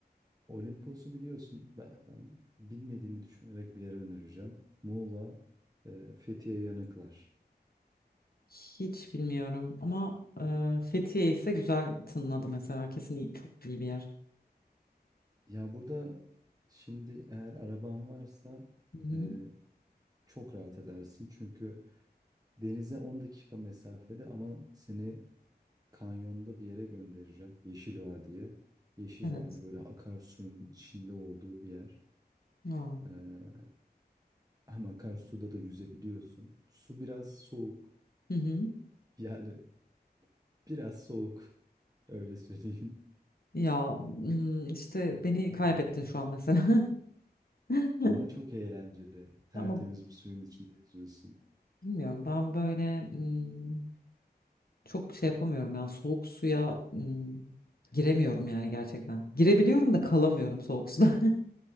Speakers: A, on the right; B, on the left.
A: Olimpos'u biliyorsun. Ben, ben bilmediğini düşünerek bir yere önereceğim. Muğla, e, Fethiye Yanıklar.
B: Hiç bilmiyorum ama e, Fethiye ise güzel tınladı mesela. Kesin iyi- çok iyi bir yer.
A: Ya burada şimdi eğer araban varsa
B: Hı hı.
A: e, çok rahat edersin. Çünkü denize 10 dakika mesafede ama seni Kanyonda bir yere göndereceğim. Yeşil Vadi'ye. Yeşil
B: Evet.
A: Vadi böyle akarsuyun içinde olduğu bir yer.
B: Aa.
A: Ee, hem akarsuda da yüzebiliyorsun. Su biraz soğuk.
B: Hı hı.
A: Yani biraz soğuk. Öyle söyleyeyim.
B: Ya hmm, işte beni kaybettin şu an mesela. <laughs>
A: Ama çok eğlenceli. Tertemiz
B: Ama
A: bir suyun içinde yüzüyorsun.
B: bilmiyorum ben böyle hmm, çok şey yapamıyorum ya soğuk suya hmm, giremiyorum yani gerçekten. Girebiliyorum da kalamıyorum soğuk suda. <laughs>